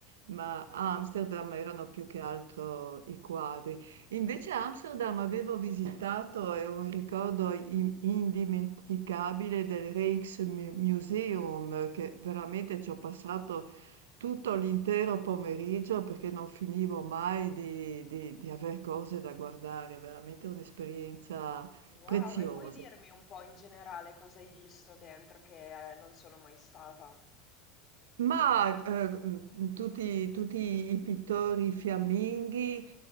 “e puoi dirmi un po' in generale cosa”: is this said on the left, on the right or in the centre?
Left